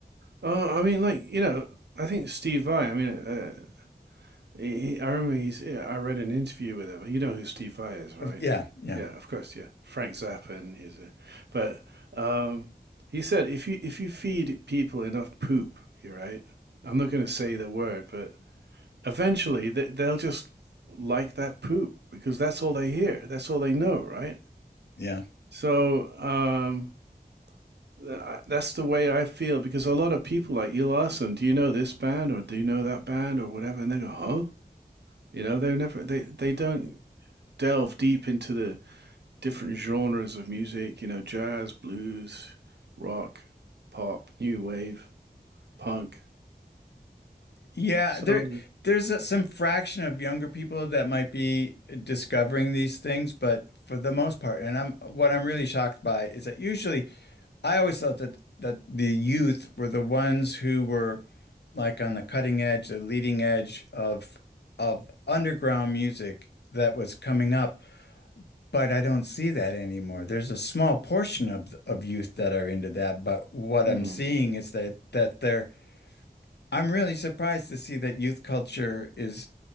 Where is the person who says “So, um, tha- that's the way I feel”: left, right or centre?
Right